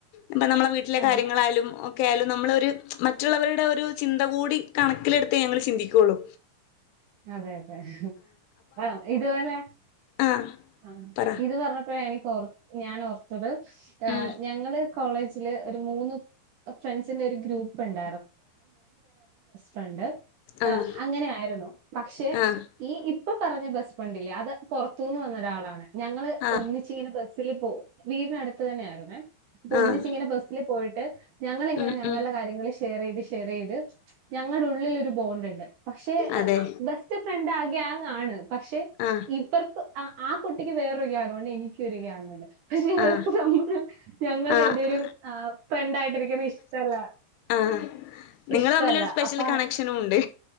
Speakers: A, on the left; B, on the right.
A: ഇപ്പം നമ്മളെ വീട്ടിലെ
B: ആ,
A: കാര്യങ്ങളായാലും ഒക്കെ ആയാലും നമ്മളൊരു മറ്റുള്ളവരുടെ ഒരു ചിന്ത കൂടി കണക്കിലെടുത്ത് ഞങ്ങള് ചിന്തിക്കുള്ളു
B: അതെ അതെ ആ ഇതുപോലെ
A: ആഹ്
B: ആ
A: പറ
B: ഇത് പറഞ്ഞപ്പോഴ എനിക്ക് ഓർ ഞാൻ ഓർത്തത്
A: ഉം
B: ഞങ്ങള് കോളേജില് ഒരു മൂന്ന് ഫ്രണ്ട്സിന്റെ ഒരു ഗ്രൂപ്പ് ഉണ്ട പണ്ട്
A: ആഹ്
B: അങ്ങനെ ആയിരുന്നു പക്ഷെ
A: ആഹ്
B: ഈ ഇപ്പൊ പറഞ്ഞ ബസ് ഫ്രണ്ടില്ലേ അത് പുറത്തന്ന് വന്നൊരാളാണ് ഞങ്ങള്
A: ആഹ്
B: ഒന്നിച്ചിങ്ങനെ ബസ്സിില് പോ വീടിനടുത്ത് തന്നെ ആായിുന്നേ അപ്പൊ വീടിനടുത്ത് തന്നെ ആയിരിന്നെ അപ്പോ ഒന്നിച്ച്
A: ആഹ്
B: ഇങ്ങനെ ബസ്സില് പോയിട്ട് ഞങ്ങളെങ്ങനെ
A: ഉം
B: ഞങ്ങളുടെ
A: ഉം
B: കാര്യങ്ങളിൽ ഷെയർ ചെയ്ത് ഷെയർ ചെയ്ത് ഞങ്ങളുടെ ഉള്ളിലൊരു ബോണ്ട് ഉണ്ട് പക്ഷെ
A: അതെ
B: ആ ബെസ്റ്റ് ഫ്രണ്ട് ആകെ ഗ്യാങ്ങ് പക്ഷെ
A: ആഹ്
B: ഇപ്പർത്ത് ആ കുട്ടിക്ക് വേറൊരു ഗ്യയങ്ങ് ഉണ്ട് എനിക്ക് ഒരു ഗ്യയങ്ങ് ഉണ്ട്. പക്ഷെ ഇവർക്ക്
A: ആഹ്
B: നമ്മൾ ഞങ്ങൾ
A: ആഹ്
B: രണ്ടേരും ഫ്രണ്ടായിട്ടിരിക്കുന്ന ഇഷ്ടല്ല.
A: ആഹ നിങ്ങൾതമ്മിലൊരു
B: ഇഷ്ടല്ല.
A: സ്പെഷ്യൽ
B: അപ്പൊ
A: കണക്ഷനും ഉണ്ട്.